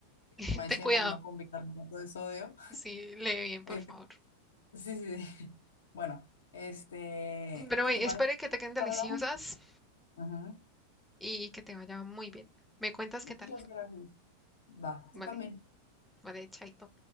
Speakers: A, in the centre; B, on the left (about 65°).
A: <laughs>
B: maicena
A: Ten cuidado.
B: y no con bicarbonato de sodio.
A: Sí, lee bien, por
B: Eh,
A: favor.
B: <laughs> sí, sí, sí. <laughs> Bueno, este,
A: Pero bueno,
B: ¿te parece
A: espero
B: que
A: que te queden deliciosas
B: hablamos? Ujú.
A: y que te vaya muy bien. ¿Me cuentas
B: Muchas
A: qué tal?
B: gracias. Va,
A: Vale,
B: tú también.
A: vale, chaito.